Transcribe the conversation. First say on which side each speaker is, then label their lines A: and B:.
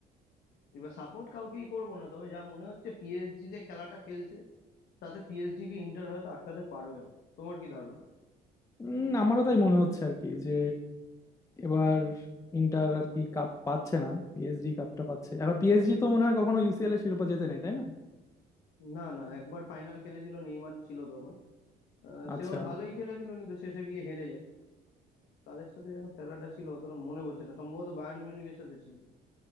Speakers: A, on the left; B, on the left.
A: এবার সাপোর্ট কাউকেই করবো না তবে যা মনে হচ্ছে পিএসজি যে খেলাটা খেলছে তাতে পিএসজি কি ইন্টার হয়তো আটকাতে পারবে না তোমার কি ধারণা
B: উম আমারও তাই মনে হচ্ছে আর কি যে এবার ইন্টার আর কি কাপ পাচ্ছে না পিএসজি কাপটা পাচ্ছে এখন পিএসজি তো মনে হয় কখনো ইউসিএল এর শিরোপা জেতে নাই তাই না
A: না না একবার ফাইনাল খেলেছিল নেইমার ছিল তখন আহ,
B: আচ্ছা
A: সেবার ভালোই খেলেছিল কিন্তু শেষে গিয়ে হেরে যায় তাদের সাথে যেন খেলাটা ছিল অতটা মনে পড়ছে না সম্ভবত বায়ার্ন মিউনিখের সাথে ছিল